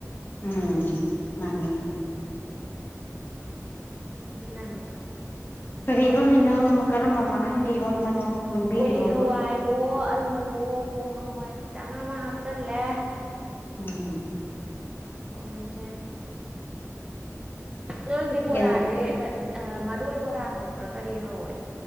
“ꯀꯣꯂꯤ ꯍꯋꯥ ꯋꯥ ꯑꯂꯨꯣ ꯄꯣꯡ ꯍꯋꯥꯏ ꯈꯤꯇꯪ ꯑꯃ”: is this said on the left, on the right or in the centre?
Right